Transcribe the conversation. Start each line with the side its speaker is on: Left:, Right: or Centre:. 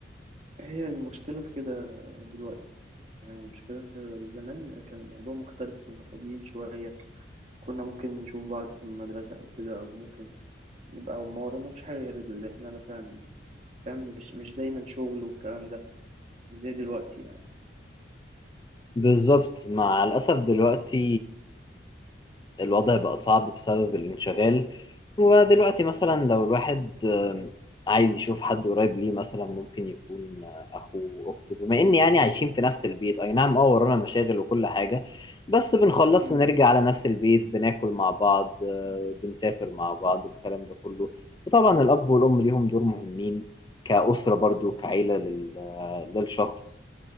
Right: هي المشكلة في كده دلوقتي يعني المشكلة في زمان كان الموضوع مختلف كنا فاضيين شوية كنا ممكن نشوف بعض في المدرسة أو كده أو ممكن نبقى ما وراناش حاجة غير اللي إحنا مثلا فاهم مش مش دايما شغل والكلام ده مش زي دلوقتي يعني
Left: بالظبط مع الأسف دلوقتي الوضع بقى صعب بسبب الانشغال ودلوقتي مثلا لو الواحد آم، عايز يشوف حد قريب ليه مثلا ممكن يكون آه، أخوه أخته بما
Right: م-
Left: إن يعني عايشين في نفس البيت أي نعم أه ورانا مشاغل وكل حاجة بس بنخلص
Right: م.
Left: ونرجع على نفس البيت بناكل مع بعض آه، بنسافر مع بعض الكلام ده كله وطبعا الأب والأم ليهم دور مهمين كأسرة برضو كعيلة لل- آه، للشخص